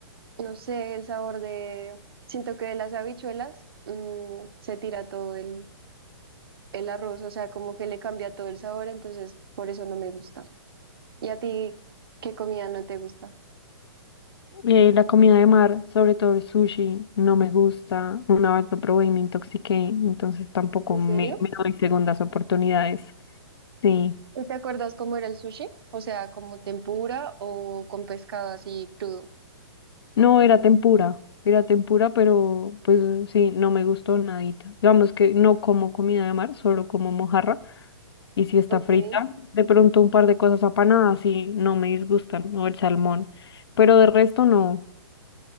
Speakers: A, on the right; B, on the left.
A: no sé, el sabor de, siento que de las habichuelas mm, se tira todo el, el arroz, o sea, como que le cambia todo el sabor, entonces por eso no me gusta. ¿Y a ti qué comida no te gusta?
B: Eh, la comida de mar, sobre todo el sushi, no me gusta. Una vez lo probé y me intoxiqué, entonces tampoco
A: ¿En
B: me,
A: serio?
B: me doy segundas oportunidades. Sí.
A: ¿Y ¿Te acuerdas cómo era el sushi? O sea, como tempura o con pescado así crudo.
B: No, era tempura. Era tempura, pero pues sí, no me gustó nadita. Digamos que no como comida de mar, solo como mojarra Y si está
A: Ok.
B: frita, de pronto un par de cosas apanadas y no me disgustan, o el salmón. Pero de resto no.
A: Ok.